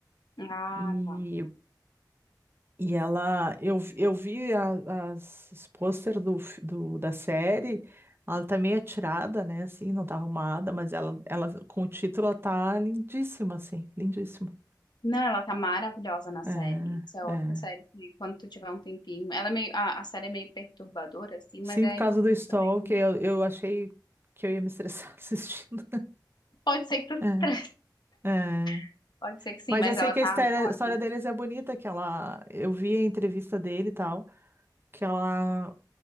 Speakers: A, on the left; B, on the right.
A: Ah,
B: e
A: tá.
B: E ela, eu, eu vi a- as, os pôster do, fi- do- da série, ela tá meio atirada, né, assim, não tá arrumada, mas ela, ela com o título, ela tá lindíssima, assim, lindíssima.
A: Não, ela tá maravilhosa na série.
B: É,
A: Isso é outra
B: é.
A: série que, quando tu tiver um tempinho, ela é meio, a, a série é meio perturbadora, assim,
B: Sim,
A: mas é
B: por causa
A: importante
B: do Stalker,
A: também.
B: eu, eu achei que eu ia me estressar <laughs> assistindo.
A: Pode ser que tu se
B: É,
A: estresse,
B: é.
A: <laughs> pode ser que sim,
B: Mas
A: mas
B: eu sei
A: ela
B: que
A: tá
B: a história,
A: ótima.
B: a história deles é bonita, que ela, eu vi a entrevista dele e tal, que ela,